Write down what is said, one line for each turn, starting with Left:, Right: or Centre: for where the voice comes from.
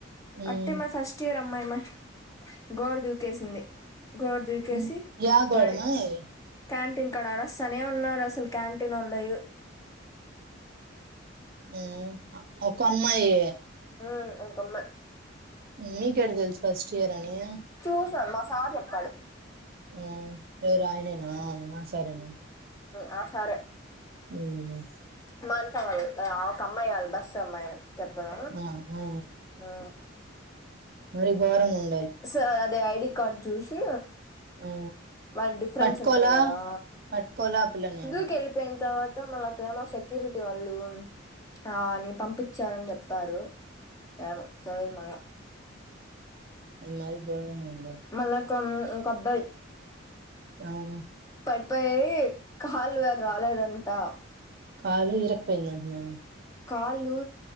Right: హ్మ్.
Left: అట్టే మా ఫస్ట్ ఇయర్ మై మై గోడ దూకేసింది గోడ దూకేసి
Right: మ్ యా గోడమ్మాయ్
Left: పడి క్యాంటీన్ కాడ అడస్తనే ఉన్నారు అసలు క్యాంటీన్ ఓళ్లు
Right: మ్ ఒక అమ్మాయి
Left: మ్ ఒక అమ్మ
Right: మీకేట్ట తెలుసు ఫస్ట్ ఇయర్ అని
Left: చూసన్ మా సార్ చెప్పాడు
Right: మ్ ఎవరు ఆయనే అ ఆ సరేనం
Left: మ్ సారే
Right: అల గడే
Left: మానసలి ఒక అమ్మాయి కావాలి బస్ అమ్మాయి చెక్కన
Right: ఆ ఆ
Left: ఆ
Right: మరి గోరంగా ఉం
Left: స అదే ఐ ఇకాడ్ జూసి
Right: ఆ
Left: వాళ్ళు డిప్రేండ్స్
Right: పట్టుకోలా
Left: ఉంట్రరు కదా
Right: పట్టుకోలా ఆ పిల్లని
Left: దూకి వెళ్ళిపోయింది తర్వాత మన క్లేమో సెక్యూరిటీ వాళ్ళు ఆ నీ పంపించరని చెప్ సారు ఏ చాల మ
Right: మరి ఘోరంగా ఉండేది
Left: మళ కొ కొబ్బాయి
Right: అవు
Left: ప కాళ్ళు వేరు రాలేదాని అట్ట
Right: కాలు ఇరకపోయిందంటున్నా
Left: కాలు